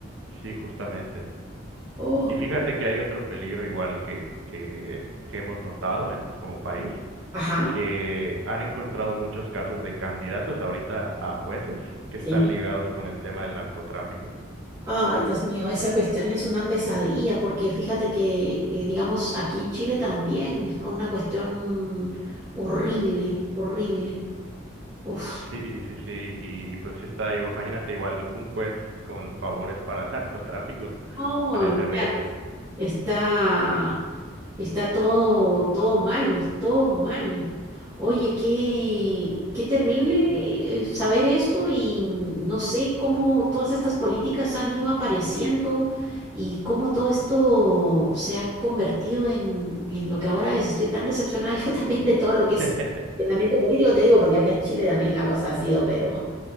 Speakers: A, on the right (about 75°); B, on the right (about 15°).
A: sí, justamente.
B: Oh,
A: Y fíjate que hay otro peligro igual que, que, que hemos notado en como país
B: ajá,
A: que han encontrado muchos casos de candidatos ahorita a jueces que
B: sí.
A: están ligados con el tema del narcotráfico.
B: Ay, Dios mío, esa cuestión es una pesadilla, porque fíjate que, eh, digamos, aquí en Chile también es con una cuestión horrible, horrible. Uf,
A: Sí, y- sí, sí, y, y pues sí está, igu- imagínate igual un juez con favores para el <laughs> narcotráfico,
B: no, olvídate.
A: sería terrible.
B: Está. Está todo, todo mal, todo mal. Oye, qué, qué terrible eh, saber esto y no sé cómo todas estas políticas han ido apareciendo y cómo todo esto se ha convertido en, en lo que ahora es. Estoy tan decepcionada <laughs> yo también de todo lo que
A: <laughs>
B: es el ambiente político, te digo, porque acá en Chile también la cosa ha sido, pero